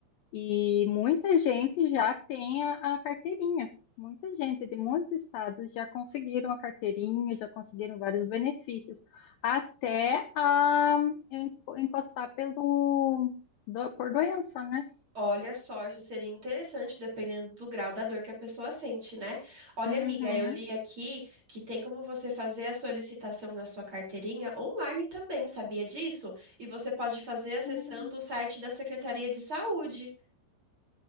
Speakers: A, on the left; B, on the right.
A: E muita gente já tem a, a carteirinha. Muita gente de muitos estados já conseguiram a carteirinha, já conseguiram vários benefícios, até a en- encostar pelo do- por doença, né?
B: Olha só, isso seria interessante, dependendo do grau da dor que a pessoa sente, né? Olha,
A: Uhum.
B: amiga, eu li aqui que tem como você fazer a solicitação da sua carteirinha online também, sabia disso? E você pode fazer acessando
A: Hum.
B: o site da Secretaria de Saúde.